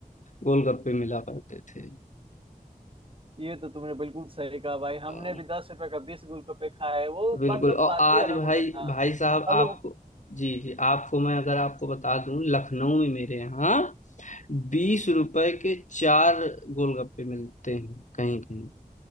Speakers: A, on the left (about 55°); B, on the right (about 35°).
A: गोलगप्पे मिला करते थे
B: ये तो तुमने बिल्कुल सही कहा भाई हमने
A: अ,
B: भी दस रुपए का बीस गोलगप्पे खाए वो
A: बिल्कुल
B: मतलब
A: और
B: बात
A: आज
B: ही अलग
A: भाई
B: होता था
A: भाई साहब
B: हम
A: आपको
B: लोग
A: जी जी आपको मैं अगर आपको बता दूं लखनऊ में मेरे यहाँ बीस रुपए के चार गोलगप्पे मिलते हैं कहीं कहीं